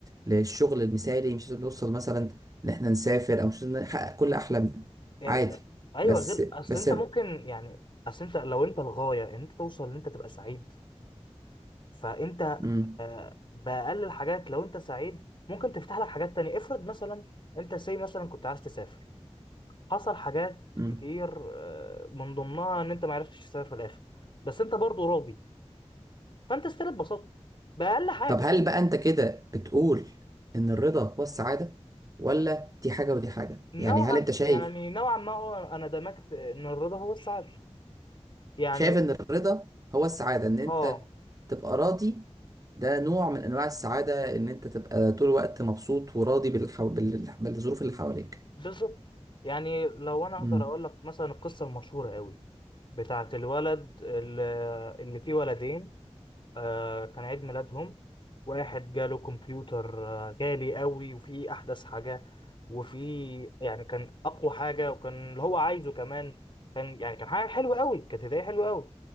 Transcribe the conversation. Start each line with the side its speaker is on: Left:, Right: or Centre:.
Right: للشغل المثالي مش لازم نوصل مثلا إن إحنا نسافر أو مش لازم نحقق كل أحلامنا
Left: يعني
Right: عادي
Left: ده- ايوه
Right: بس
Left: غير اصل
Right: بس
Left: انت ممكن يعني اصل انت لو انت الغايه ان انت توصل ان انت تبقى سعيد فانت
Right: مم.
Left: آه، باقل الحاجات لو انت سعيد ممكن تفتح لك حاجات تانية افرض مثلا انت سي مثلا كنت عايز تسافر حصل حاجات
Right: مم.
Left: كتير آه، من ضمنها ان انت ما عرفتش تسافر في الاخر بس انت برضو راضي فانت استل اتبسطت باقل حاجة
Right: طب هل بقى أنت كده بتقول إن الرضا هو السعادة ولا دي حاجة ودي حاجة
Left: نوعا
Right: يعني هل أنت شايف
Left: يعني نوعا ما هو انا دمجت ان الرضا هو السعادة يعني
Right: شايف ان الرضا هو السعادة ان انت
Left: اه
Right: تبقى راضي ده نوع من انواع السعادة ان انت تبقى طول الوقت مبسوط وراضي بالحو... بال... بالظروف اللي حواليك
Left: بالظبط يعني لو انا اقدر
Right: مم.
Left: اقول لك مثلا القصة المشهورة قوي بتاعت الولد اللي اللي فيه ولدين آه، كان عيد ميلادهم واحد جاله كمبيوتر آه، غالي قوي وفيه احدث حاجة وفيه يعني كان اقوى حاجة وكان اللي هو عايزه كمان كان يعني كان حاجة حلوة قوي كانت هدية حلوة قوي